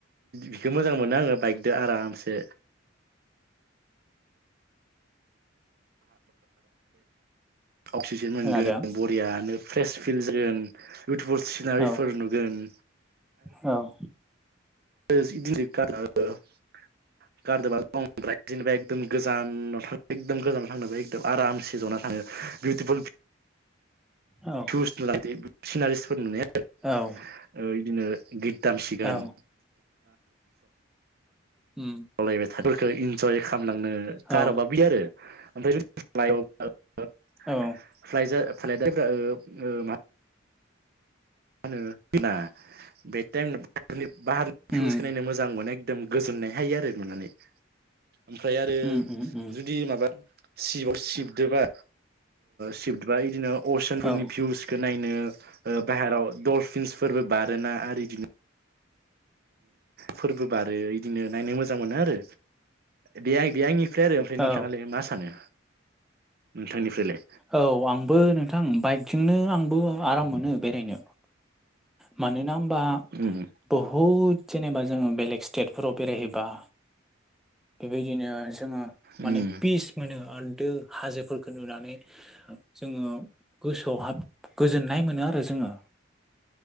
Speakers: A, on the right (about 50°); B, in the centre.
A: बिखो मोजां मोनो आङो बाइकजों आरामसे अक्सिजेन मोनगोन
B: खोनादों
A: आरयानो फ्रेस फिल जागोन बिउटिफुल सिनारिफोर
B: औ
A: नुगोन
B: औ
A: <unintelligible> गारदोबा दंदाय जेनेबा एकदम गोजानाव थाङ एकदम गोजानाव थांनोब एकदम आरामसे जना थाङो बिउटिफुल
B: औ
A: जुस नु लादो सिनारिसफोर नुनाय आरो
B: औ
A: बिदिनो गित दामसिगोन
B: औ उम
A: <unintelligible> थाफोरखौ इन्जय खालामलांनो गारोबा
B: औ
A: बि आरो ओमफ्राय <unintelligible>
B: औ
A: फ्लायजा फ्लायदाफोरा ओ ओ मा मा बे टाइम बारनि भिउसखौ
B: उम
A: नायनो मोजां मोनो एकदम गोजोननाय हायो आरो नुनानै ओमफ्राय आरो
B: उम उम उम
A: जुदि माबा सिव सिबदोबा सिबदोबा बिदिनो अशन फोरनि
B: औ
A: भिउस नायनो बाहेराव ल्फिनसफोरबो बारोना आरो बिदिनो फोरबो बारो इदिनो नायनो मोजां मोनो आरो बे आ बे आंनि ओमफ्राय आरो ओमफ्राय नोंथाङालाय
B: औ
A: मा सानो नोंथांनिफ्रायलाय
B: औ आंबो नोंथां बाइकजोंनो आंबो आराम मोनो बेरायनो मानोना होमबा
A: उम
B: बहु बहुद जेनेबा जोङो बेलेग स्टेटफोराव बेरायहैबा बेबायदिनो जोङो
A: उम
B: माने पिस मोनो आरो दो हाजोफोरखौ नुनानै जोङो गोसोआव हाब गोजोननाय मोनो आरो जोङो